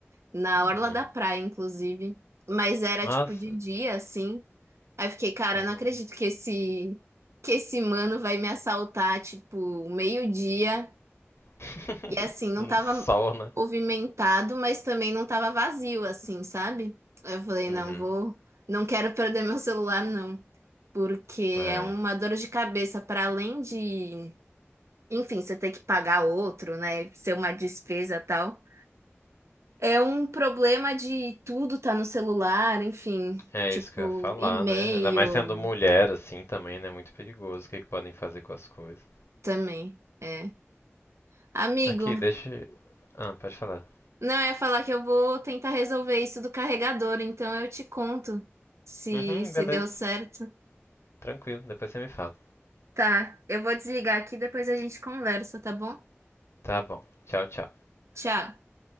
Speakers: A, on the right (about 80°); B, on the left (about 70°).
A: na
B: Uhum.
A: orla da praia, inclusive. Mas era
B: Nossa.
A: tipo de dia, assim. Aí eu fiquei, cara,
B: Uhum.
A: eu não acredito que esse que esse mano vai me assaltar, tipo, meio-dia.
B: <laughs>
A: E assim, não tava
B: Sol, né?
A: movimentado, mas também não tava vazio, assim, sabe? Aí Eu falei,
B: Uhum.
A: não, vou, não quero perder meu celular, não. Porque
B: Ai.
A: é uma dor de cabeça, para além de, enfim, você ter que pagar outro, né? Ser uma despesa e tal. É um problema de tudo tá no celular, enfim,
B: É
A: tipo,
B: isso que eu ia falar,
A: e-mail
B: né? Ainda mais sendo mulher assim também, né? Muito perigoso o que que podem fazer com as coisas.
A: também. é. Amigo,
B: Aqui, deixa. Ah, pode falar.
A: não, eu ia falar que eu vou tentar resolver isso do carregador, então eu te conto se
B: Uhum,
A: se
B: beleza,
A: deu certo.
B: tranquilo, depois você me fala.
A: Tá, eu vou desligar aqui, depois a gente conversa, tá bom?
B: Tá bom, tchau, tchau.
A: Tchau.